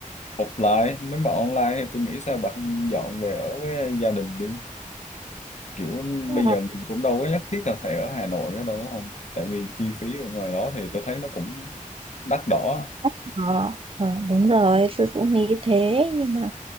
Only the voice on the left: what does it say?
offline? Nếu mà online thì tôi nghĩ sao bà không dọn về ở với gia đình đi? Kiểu
bây giờ mình cũng đâu có nhất thiết là phải ở Hà Nội nữa đâu đúng không? Tại vì chi phí ở ngoài đó thì tôi thấy nó cũng đắt đỏ. á.